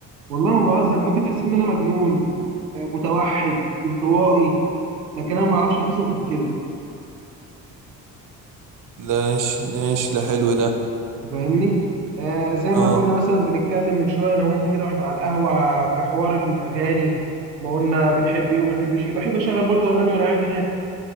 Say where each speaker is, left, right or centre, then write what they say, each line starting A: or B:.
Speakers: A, on the right; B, on the right.
A: والله ما بهزر ممكن تحسبني ان انا مجنون آه، متوحد انطوائي لكن انا ما بعرفش اتبسط غير كده
B: ماشي ماشي ده حلو ده
A: فاهمني آه زي ما
B: اه
A: كنا مثلا بنتكلم من شويه انا وانت كده واحنا على القهوه في حوار الاغاني ما قلنا بنحب ايه وما بنحبش ايه بحب اشغل برضو اغاني وانا قاعد هناك